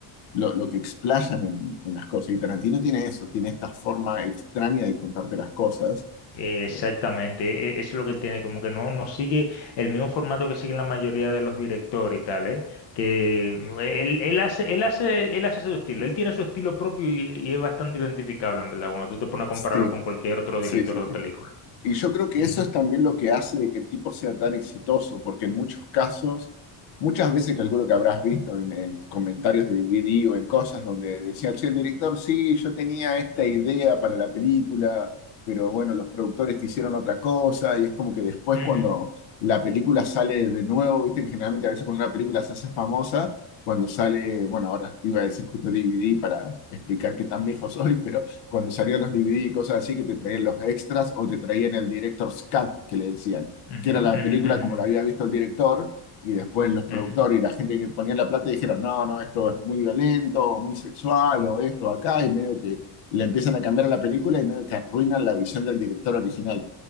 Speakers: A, on the left (about 80°); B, on the left (about 65°).
A: lo, lo que explayan en, en las cosas. Y Tarantino tiene eso, tiene esta forma extraña de contarte las cosas.
B: Exactamente,
A: Eh,
B: e- e, eso es lo que él tiene, como que no, no sigue el mismo formato que siguen la mayoría de los directores y tal, ¿eh? Que mm, e, él, él hace, él hace, él hace su estilo, él tiene su estilo propio y, y es bastante identificable, en verdad, cuando tú te pones a compararlo
A: sí,
B: con cualquier otro
A: sí,
B: director
A: sí, sí.
B: de película.
A: Y yo creo que
B: Ujú.
A: eso es también lo que hace de que el tipo sea tan exitoso, porque en muchos casos, muchas veces calculo que habrás visto en, en comentarios de DVD o en cosas donde decía, che, el director, sí, yo tenía esta idea para la película, pero bueno, los productores quisieron otra cosa, y es como que después
B: Ujú.
A: cuando la película sale de nuevo, viste que generalmente a veces cuando una película se hace famosa, cuando sale, bueno, ahora iba a decir justo DVD para explicar qué tan viejo soy, pero cuando salían los DVD y cosas así, que te traían los extras o te traían el director's cut, que le decían,
B: Ujú,
A: que era la
B: ujú,
A: película como
B: ujú,
A: la había visto el director, y después los productores
B: ujú,
A: y la gente que ponía la plata dijeron, no, no, esto es muy violento, o muy sexual, o esto acá, y medio que le empiezan a cambiar a la película y medio que arruinan la visión del director original.